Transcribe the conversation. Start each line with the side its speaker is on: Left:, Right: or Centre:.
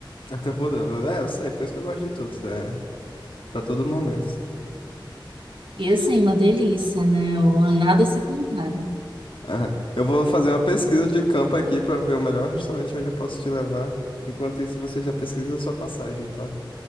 Left: Até podendo. É, eu sei, por isso que eu gosto de tudo. Isso É, para todo momento.
Right: E assim, uma delícia, né? O- Nada se compara.
Left: Aham. Eu vou fazer uma pesquisa de campo aqui pra ver o melhor restaurante onde eu posso te levar. Enquanto isso, você já pesquisa a sua passagem, tá?